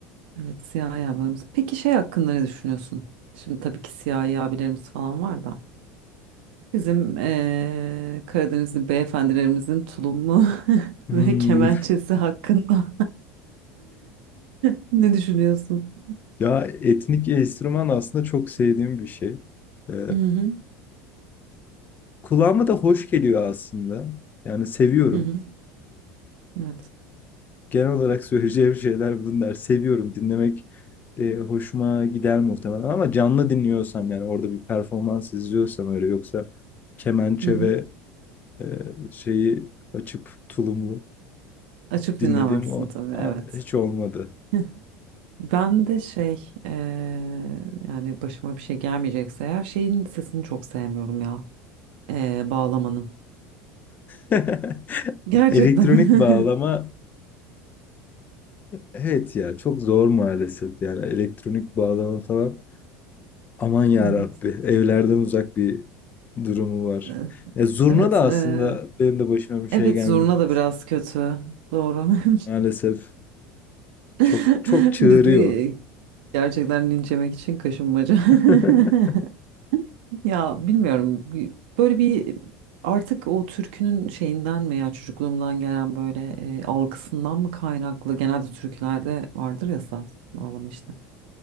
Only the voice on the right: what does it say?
evet siyahi abilerimiz peki şey hakkında ne düşünüyorsun şimdi tabii ki siyahi abilerimiz falan var da Bizim eee Karadenizli beyefendilerimizin tulumu <laughs>
ve kemençesi hakkında <laughs> ne düşünüyorsun?
Hı hı.
Hı hı. Evet.
Hı hı.
Açıp
dinlemezsin
tabii,
evet.
<laughs> Ben de şey eee, yani başıma bir şey gelmeyecekse eğer şeyin sesini çok sevmiyorum ya. Eee, bağlamanın.
Gerçekten.
<laughs>
Evet.
Eee,
Evet.
eee,
evet
zurna da biraz kötü. Doğru. <laughs>
<laughs>
Biz e, gerçekten linç yemek için kaşınmaca. <laughs>
Ya bilmiyorum bir- böyle bir artık o türkünün şeyinden mi ya çocukluğumdan gelen böyle e, algısından mı kaynaklı genelde türkülerde vardır ya saz bağlama işte.